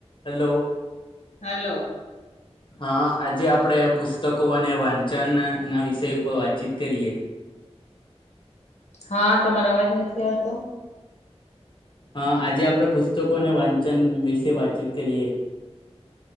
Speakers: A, on the left; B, on the left.
A: Hello
B: hello
A: હા આજે આપણેે પુસ્તકો અને વાંચન ના વિષય ઉપર વાતચીત કરીએ
B: હા તમારો અવાજ નથી આવતો
A: અ આજે આપણે પુસ્તકો અને વાંચન વિશે વાતચીત કરીએ